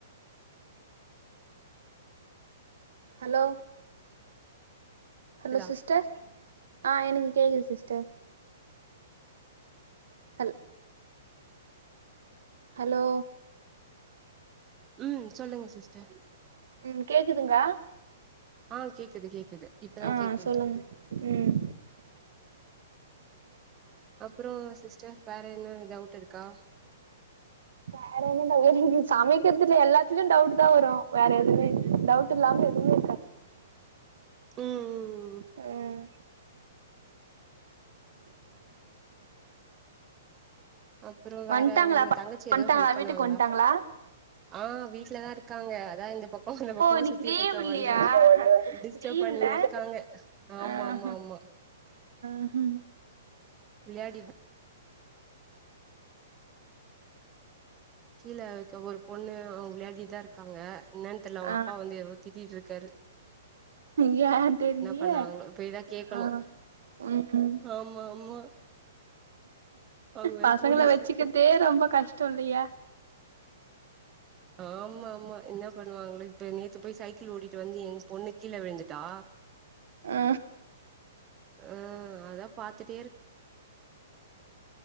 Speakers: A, on the right; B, on the right.
A: ஹலோ
B: கேக்குதா
A: ஹலோ சிஸ்டர் ஆ எனக்கு கேக்குது சிஸ்டர் ஹல் ஹலோ
B: ம் சொல்லுங்க சிஸ்டர்
A: ம் கேக்குதுங்கா
B: ஆ கேக்குது கேக்குது இப்பதா
A: ஆ
B: கேக்குது
A: சொல்லுங்க ம்
B: அப்றோ சிஸ்டர் வேற என்ன டவுட் இருக்கா
A: வேற என்ன ட எனக்கு சமக்கிறதுல எல்லாத்துலயு டவுட்டுதா வரு வேற எதுமே டவுட்டு இல்லாம எதுமே
B: ம் ம்
A: ம்
B: அப்றோ வேற
A: வந்ட்டாங்களா
B: ஒங்க
A: ப
B: தங்கச்சி எது
A: வந்ட்டாங்களா
B: ஹெல்ப் பண்ணுவாங்ளா
A: வீட்டுக்கு வந்ட்டாங்களா
B: ஆ வீட்லதா இருக்காங்க அதா இந்த பக் ஓ அந்த பக்கமா
A: இன்னைக்கு
B: சுத்திட்ருக்கே
A: லீவ் இல்லையா
B: வந்து வந்து டிஸ்டப்
A: லீவ்
B: பண்ணினு
A: இல்ல
B: இருக்காங்க ஆமா
A: ஆஹ
B: ஆமா ஆமா
A: ம்ஹும்
B: விளையாடிடு கீழ இருக்க ஒரு பொண்ணு அவங்க விளாடிதா இருக்காங்க என்னான் தெர்ல அவங்க
A: ஆ
B: அப்பா வந்து எதோ திட்டிட்ருக்காரு
A: யார் தெர்லியே
B: பண்ணாங்களோ போய்தா கேக்கணு
A: ஆ ம்
B: ஆமா ஆமா அவங்க வேற
A: பசங்கள
B: போலீஸ்
A: வச்சுக்கற்தே ரொம்ப கஷ்டோ இல்லயா
B: ஆமா ஆமா என்ன பண்ணுவாங்களோ இப்ப நேத்து போய் சைக்கிள் ஓட்டிடு வந்து எங் பொண்ணு கீழ விழுந்துட்டா
A: ஆ
B: ஆ அதா பாத்துட்டே இருக்